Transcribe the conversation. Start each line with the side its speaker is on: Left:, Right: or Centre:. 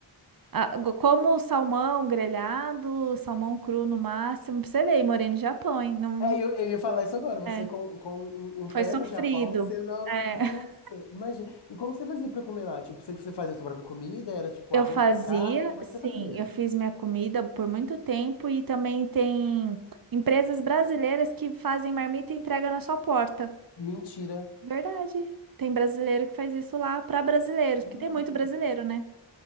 Right: Ah, go- como salmão grelhado, salmão cru no máximo. Pra você ver, morei no Japão, hein? Não, não
Left: É, eu,
Right: consigo.
Left: eu ia falar isso agora. Você
Right: É,
Left: com, com um, um
Right: foi
Left: pé
Right: sofrido.
Left: no Japão, você não.
Right: É.
Left: Nossa,
Right: <laughs>
Left: imagina. E como que você fazia pra comer lá? Tipo, você, você fazia sua própria comida? Era tipo
Right: Eu
Left: arroz
Right: fazia,
Left: com carne? Como
Right: sim,
Left: é que você fazia?
Right: eu fiz minha comida por muito tempo e também tem empresas brasileiras que fazem marmita e entrega na sua porta.
Left: Mentira.
Right: Verdade. Tem brasileiro que faz isso lá para brasileiros,
Left: Hum,
Right: porque tem muito brasileiro, né?